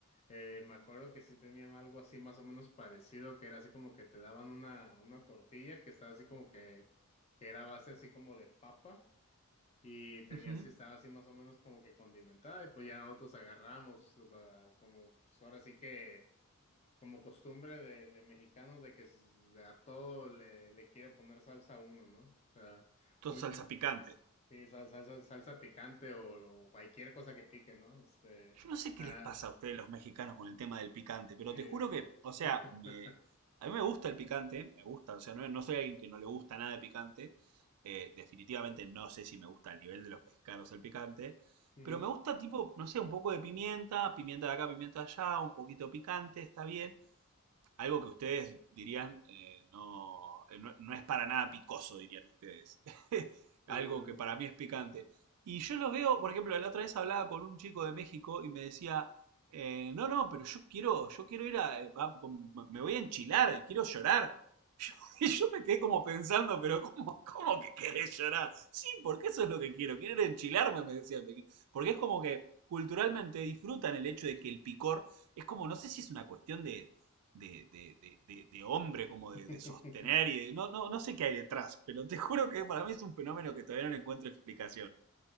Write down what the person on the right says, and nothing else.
Ujú.
Todo
salsa
picante.
Yo no sé qué
les pasa a ustedes los mexicanos con el tema del picante, pero
te juro que, o sea,
me, a mí me gusta el picante, me gusta, o sea, no, no soy alguien que no le gusta nada de picante, eh, definitivamente no sé si me gusta el nivel de los mexicanos el picante,
pero me gusta tipo, no sé, un poco de pimienta, pimienta de acá, pimienta de allá, un poquito picante, está bien, algo que ustedes dirían eh, no, eh, no, no es para nada picoso, dirían ustedes. <laughs>
Algo que
para mí es picante. Y yo lo veo, por ejemplo, la otra vez hablaba con un chico de México y me decía, eh, no, no, pero yo quiero, yo quiero ir a, eh, va- me voy a enchilar, quiero llorar. Yo- <laughs> y yo me quedé como pensando, pero ¿cómo, cómo que querés llorar? Sí, porque eso es lo que quiero, quiero ir a enchilarme, me decía. Me- Porque es como que culturalmente disfrutan el hecho de que el picor, es como, no sé si es una cuestión de, de, de, de, de- de hombre, como
de,
de sostener y de... No, no, no sé qué hay detrás, pero te <laughs> juro que para mí es un fenómeno que todavía no le encuentro explicación.